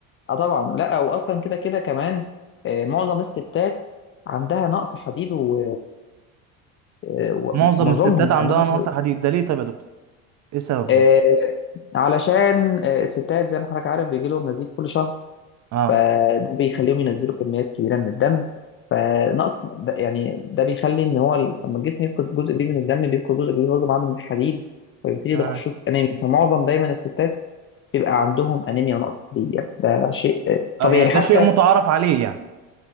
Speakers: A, on the left; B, on the right.
A: اه طبعا لا واصلا كده كده كمان آه، معظم الستات عندها نقص حديد و- آه، ومعظمهم
B: معظم الستات
A: يعني
B: عندها
A: عندهم نقص
B: نقص حديد ده ليه طيب يا دكتور؟ إيه السبب
A: آه،
B: يعني؟
A: علشان آه، الستات زي ما حضرتك عارف بيجي لهم نزيف كل شهر
B: اه
A: فده بيخليهم ينزلوا كميات كبيره من الدم فنقص ده يعني ده بيخلي ان هو لما الجسم يفقد جزء كبير من الدم بيفقد جزء كبير برضه معاه من الحديد فبيبتدي
B: تمام
A: ده خشوع انيمي فمعظم دايما الستات بيبقى عندهم انيميا ونقص حديد يعني ده شيء آه، طبيعي
B: آه يعني
A: يعني
B: ده
A: حتى
B: شيء متعارف عليه يعني